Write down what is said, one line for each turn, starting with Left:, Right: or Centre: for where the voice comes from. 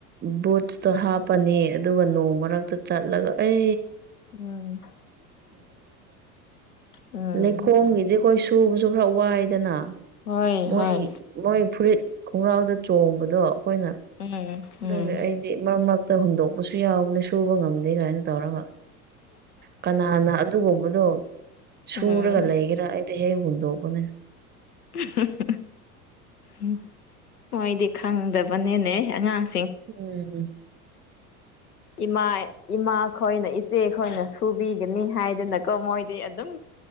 Right: ꯕꯨꯠꯁꯇꯣ ꯍꯥꯞꯄꯅꯤ ꯑꯗꯨꯒ ꯅꯣꯡ ꯃꯔꯛꯇ ꯆꯠꯂꯒ ꯑꯦ
Left: ꯎꯝ ꯎꯝ
Right: ꯂꯩꯈꯣꯝꯒꯤꯗꯤ ꯑꯩꯈꯣꯏ ꯁꯨꯕꯁꯨ ꯈꯔ ꯋꯥꯏꯗꯅ
Left: ꯍꯣꯏ ꯍꯣꯏ
Right: ꯃꯣꯏ ꯃꯣꯏ ꯐꯨꯔꯤꯠ ꯈꯣꯡꯒ꯭ꯔꯥꯎꯗ ꯆꯣꯡꯕꯗꯣ ꯑꯩꯈꯣꯏꯅ
Left: ꯎꯝ ꯎꯝ
Right: ꯑꯗꯨꯒꯤ ꯑꯩ ꯁꯤ ꯃꯔꯛ ꯃꯔꯛꯇ ꯍꯨꯟꯗꯣꯛꯄꯁꯨ ꯌꯥꯎꯕꯅꯦ ꯁꯨꯕ ꯉꯝꯗꯦ ꯀꯥꯏꯅ ꯇꯧꯔꯒ ꯀꯅꯥꯅ ꯑꯗꯨꯒꯨꯝꯕꯗꯣ ꯁꯨꯔꯒ
Left: ꯎꯝ
Right: ꯂꯩꯒꯦꯔꯥ ꯑꯩꯗꯤ ꯍꯦꯛ ꯍꯦꯛ ꯍꯨꯟꯗꯣꯛꯄꯅꯦ
Left: <unintelligible> ꯎꯝ ꯃꯣꯏꯗꯤ ꯈꯪꯗꯕꯅꯤꯅꯦ ꯑꯉꯥꯡ
Right: ꯎꯝ
Left: ꯏꯃꯥ ꯏꯃꯥ ꯈꯣꯏꯅ ꯏꯆꯦ ꯈꯣꯏꯅ ꯁꯨꯕꯤꯒꯅꯤ ꯍꯥꯏꯗꯅꯀꯣ ꯃꯣꯏꯗꯤ ꯑꯗꯨꯝ